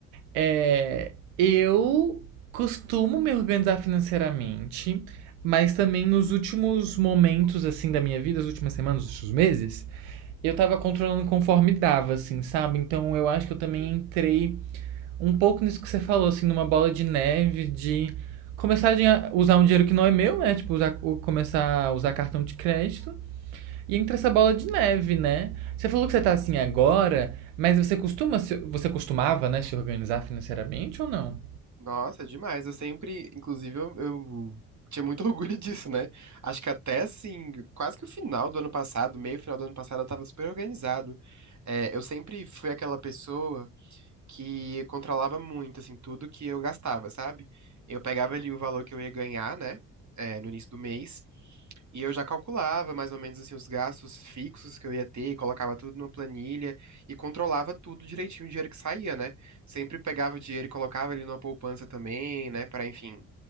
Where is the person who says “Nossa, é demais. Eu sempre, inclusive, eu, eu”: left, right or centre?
Right